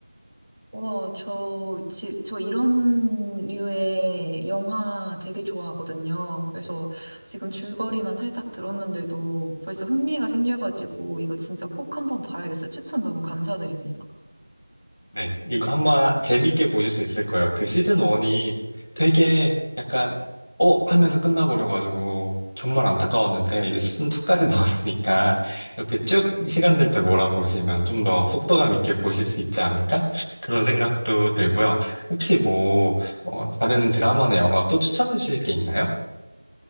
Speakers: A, on the right; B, on the left.
A: 와, 저, 지, 저 이런 류의 영화 되게 좋아하거든요. 그래서 지금 줄거리만 살짝 들었는데도 벌써 흥미가 생겨가지고 이거 진짜 꼭 한번 봐야겠어요. 추천 너무 감사드립니다.
B: 네, 이거 아마 재밌게 보실 수 있을 거예요. 그 시즌 1이 되게 약간, 어? 하면서 끝나버려가지고, 정말 안타까웠는데, 이제 시즌 2까지 <laughs> 나왔으니까, 이렇게 쭉 시간 될 때 몰아보시면 좀 더 속도감 있게 보실 수 있지 않을까? 그런 생각도 들고요. 혹시 뭐, 어, 다른 드라마나 영화 또 추천해 주실 게 있나요?